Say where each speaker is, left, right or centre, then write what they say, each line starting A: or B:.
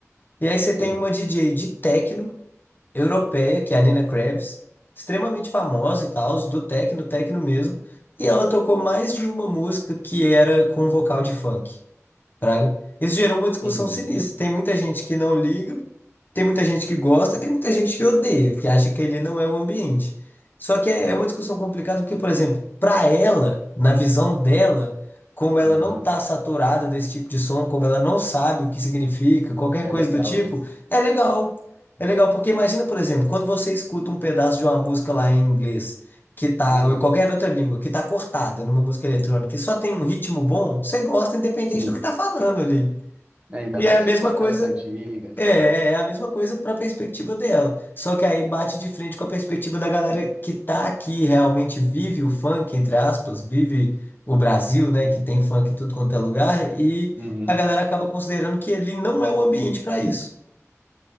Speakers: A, on the left; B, on the right.
A: E aí você
B: sei.
A: tem uma DJ de techno europeia, que é a Nina Kravis, extremamente famosa e tal, do techno, techno mesmo. E ela tocou mais de uma música que era com vocal de funk, praga. Isso gerou uma discussão
B: Uhum,
A: sinistra. Tem muita gente que não liga tem muita gente que gosta, tem muita gente que odeia, que acha que ele não é o ambiente. Só que é, é uma discussão complicada, porque, por exemplo, para ela, na visão dela, como ela
B: aham.
A: não tá saturada desse tipo de som, como ela não sabe o que significa, qualquer
B: É
A: coisa
B: legal,
A: do tipo,
B: né?
A: é legal. É legal, porque imagina, por exemplo, quando você escuta um pedaço de uma música lá em inglês, que tá,
B: Aham,
A: ou em qualquer outra língua, que tá cortada numa música eletrônica, e só tem um ritmo bom, você gosta independente
B: sim.
A: do que tá falando ali.
B: É, ainda
A: E
B: mais
A: é a
B: se
A: mesma
B: for aquelas
A: coisa.
B: antigas,
A: É, é
B: né?
A: é a mesma coisa para a perspectiva dela. Só que aí bate de frente com a perspectiva da galera que tá aqui, realmente vive o funk, entre aspas, vive o Brasil, né, que tem funk em tudo quanto é lugar, e
B: Uhum,
A: a galera acaba considerando que ele não é o ambiente para isso.